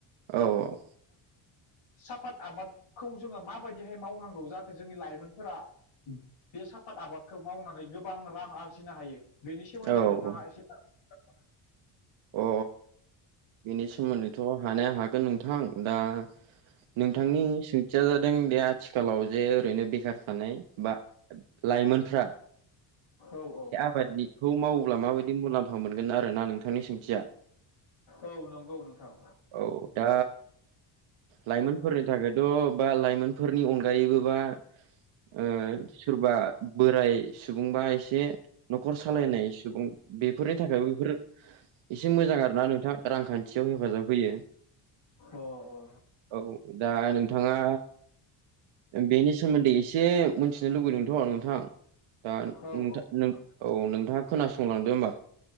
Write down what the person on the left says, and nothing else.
सापाद आबादखौ जोङो माबायदिहाय मावनांगौ जाहाथे जोंनि लाइमोनफोरा बे सापाद आबादखौ मावनानै गोबां रां आरजिनो हायो। बेनि सोमोन्दै
नोंथाङा एसे <unintelligible>
औ औ
औ नंगौ नोंथां
अ अ
औ
औ नोंथां